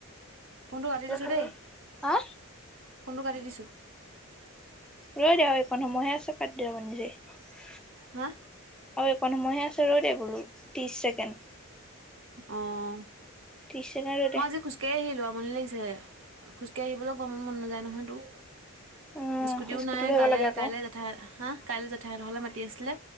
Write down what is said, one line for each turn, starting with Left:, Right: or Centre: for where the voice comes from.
Right: ফোনটো কাটি দিছোঁ
Centre: খালি
Right: দেই,
Centre: হা
Right: ফোনটো কাটি দিছোঁ।
Centre: ৰৈ দে, আৰু এইকণ সময়হে আছে, কাটি দিয়াব নিজেই।
Right: হা?
Centre: আৰু এইকণ সময়হে আছে, ৰৈ দে বোলো। ত্ৰিশ ছেকেণ্ড।
Right: অঁ,
Centre: ত্ৰিশ ছেকেণ্ড ৰৈ
Right: মই
Centre: দে
Right: আজি খোজ কাঢ়ি আহিলো, আমনি লাগিছে। খোজকাঢ়ি আহিবলৈও গৰমত মন নাযায় নহয় তোৰ।
Centre: উম
Right: স্কুটিও
Centre: স্কুটি
Right: নাই,
Centre: লৈ আহিব
Right: কাইলে,
Centre: লাগে আকৌ
Right: কাইলে জেঠাই, হা, কাইলে জেঠাইহঁতৰ ঘৰলে মাতি আছিলে।